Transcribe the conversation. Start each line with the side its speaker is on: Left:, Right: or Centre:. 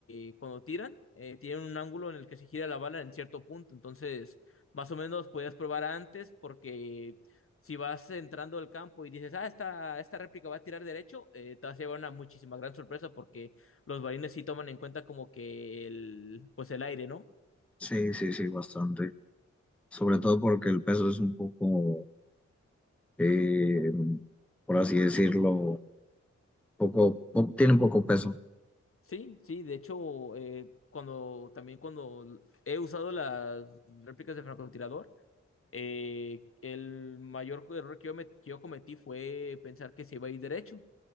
Left: eh, cuando tiran, eh, tienen un ángulo en el que se gira la bala en cierto punto, entonces más o menos podías probar antes porque... Si vas entrando al campo y dices, ah, esta, esta réplica va a tirar derecho, eh, te vas a llevar una muchísima gran sorpresa porque los balines sí toman en cuenta como que el, pues el aire, ¿no?
Centre: Sí, sí, sí, bastante. Sobre todo porque el peso es un poco, eh, por así decirlo, poco, po- tiene poco peso.
Left: Sí, sí, de hecho, eh, cuando también cuando he usado las réplicas de francotirador, eh, el mayor error que yo, me- que yo cometí fue pensar que se iba a ir derecho.